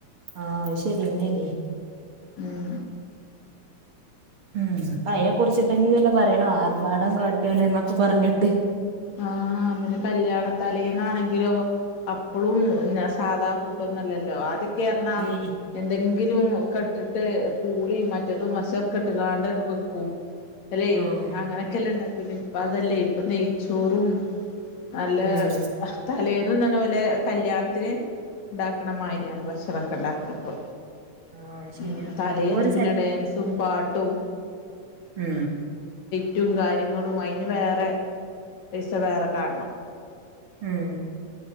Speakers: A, on the right; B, on the left.
A: ആ ശരി എന്നങ്ങനേ.
B: ഉം
A: ഉം അപ്പ അതിനെ കുറിച്ചിട്ട് തന്നെ അല്ലെ പറയണ ആർഭാടം കാട്ടിയണന്നൊക്കെ പറഞ്ഞിട്ട്.
B: ആ പിന്നെ കല്യാണത്തലന്നാണെങ്കിലോ അപ്പഴും സാധാ ഫുഡൊ ല്ലോ ആതയൊക്കെറഞ്ഞ
A: ഉം
B: എന്തെങ്കില ങ്കിലും കെട്ടിട്ട് പൂളി മറ്റേതും മശൊക്കെ ഇട്ട് ങ്ങാണ്ട് വെക്കും അല്ലെ
A: ആഹ്
B: അങ്ങനെയൊക്കെല്ല ഇണ്ടാക്കീനെ പിന്നെ ഇപ്പ അതല്ലേ ഇപ്പൊ നെയ്ച്ചോറും. നല്ല
A: ഉം
B: അത തലയൊന്നും തന്നെ വല കല്യാണത്തിന് ഉണ്ടാക്കണ മാതിരിയാണ് ഭക്ഷണക്കെ ഉണ്ടാക്കണപ്പോ
A: ആഹ് ശരിയാണ്
B: ഉം
A: നല്ലൊരു
B: തലെന്ന് പിന്നെ ഡാൻസും പാട്ടും.
A: മ്മ്
B: മറ്റും കാര്യങ്ങളും അതിന് വേറെ പൈസ വേറെ കാണണം.
A: ഉം